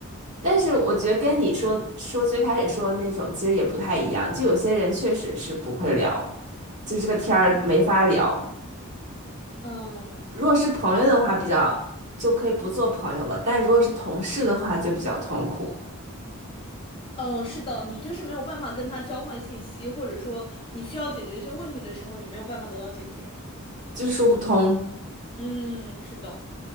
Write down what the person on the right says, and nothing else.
但是我觉得跟你说说最开始说的那种其实也不太一样，就有些人确实是不会聊，就这个天儿没法聊。
如果是朋友的话，比较就可以不做朋友了，但如果是同事的话，就比较痛苦，
就是说不通，